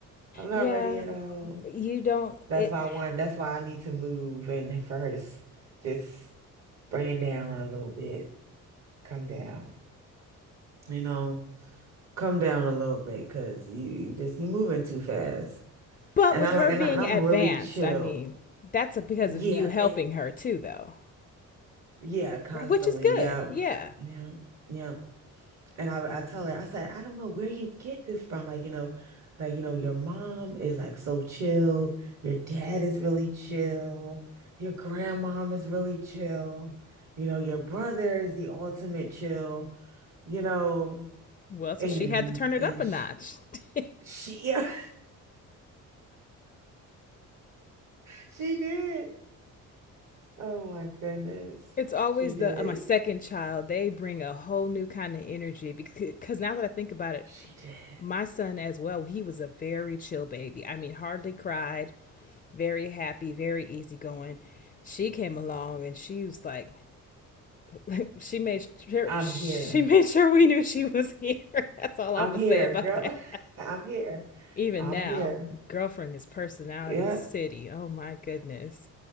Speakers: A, on the right; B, on the left.
A: I'm not
B: Yeah,
A: ready at all.
B: you don't.
A: That's
B: It.
A: why I want, that's why I need to move and for her to s- just bring it down a little bit, come down, you know, come down a little bit because you, you just, you moving too fast.
B: But
A: And
B: with
A: I
B: her
A: like, and,
B: being
A: I, and I'm
B: advanced,
A: really chill.
B: I mean, that's because
A: Yeah.
B: of you helping
A: It,
B: her too, though.
A: yeah, constantly.
B: Right, which is good.
A: Yeah.
B: Yeah.
A: Yeah. Yeah. And I, I tell her, I said, I don't know where you get this from. Like, you know, like, you know, your mom is like so chill. Your dad is really chill. Your grandmom is really chill. You know, your brother is the ultimate chill, you know,
B: Well, so
A: and,
B: she had to turn it
A: and
B: up a
A: she,
B: notch. <laughs>
A: she, <laughs> yeah, she did. Oh my goodness.
B: It's always
A: She did.
B: the uh, my second child. They bring a whole new kind of energy because because now that I think about it,
A: She did.
B: my son as well, he was a very chill baby. I mean, hardly cried, very happy, very easygoing. She came along and she was like, <laughs> she made sure
A: I'm
B: she
A: here.
B: made sure we knew she was <laughs> here. That's all
A: I'm
B: I would
A: here,
B: say about
A: girl.
B: that.
A: <laughs> I'm here.
B: Even
A: I'm
B: now,
A: here.
B: girlfriend is personality
A: Yeah.
B: city. Oh my goodness.